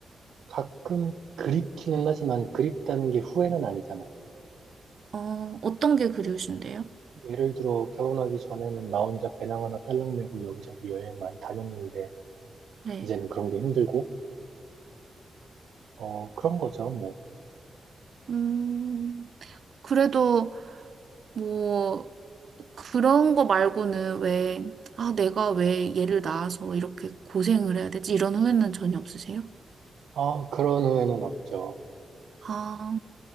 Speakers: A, on the right; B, on the right.
A: 가끔 그립기는 하지만 그립다는 게 후회는 아니잖아요.
B: 어, 어떤 게 그리우신데요?
A: 예를 들어 결혼하기 전에는 나 혼자 배낭 하나 딸랑 메고 여기저기 여행 많이 다녔는데
B: 네.
A: 이제는 그런 게 힘들고, 어, 그런 거죠, 뭐.
B: 음, 그래도 뭐, 그런 거 말고는 왜, 아, 내가 왜 얘를 낳아서 이렇게 고생을 해야 되지? 이런 후회는 전혀 없으세요?
A: 아, 그런 후회는 없죠.
B: 아,